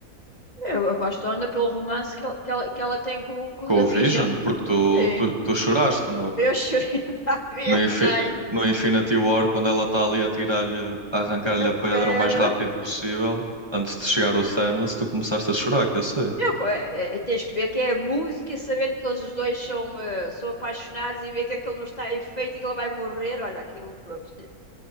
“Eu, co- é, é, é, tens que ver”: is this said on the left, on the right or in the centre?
Left